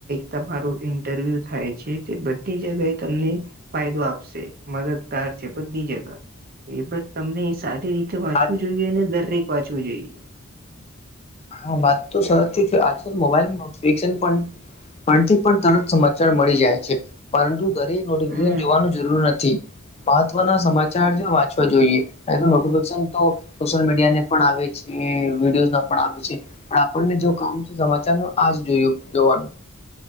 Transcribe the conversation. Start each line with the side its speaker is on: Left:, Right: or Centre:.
Right: તમારો ઇન્ટરવ્યુ થાય છે તે બધી જગ્યાએ તમને ફાયદો આપશે મદદગાર છે બધી જગ્યા એ બધી તમને સારી રીતે વાંચવું
Left: આ
Right: જોઈએ ને દરેક વાંચવું જોઈએ.
Left: હા વાત તો સાચી છે આજકાલ મોબાઈલ નોટિફિકેશન પણ પણથી પણ તરત સમાચાર મળી જાય છે. પરંતુ દરેક નોટિફિકેશન
Right: હમ
Left: જોવાનું જરૂર નથી મહત્વના સમાચાર વાંચવા વાંચવા જોઈએ એનું નોટિફિકેશન તો સોશયલ મીડિયા ને પણ આવે છે, વિડીયો પણ આવે છે પણ આપણને જો કામ છે સમાચાર નો આજ જોયું જોવાનું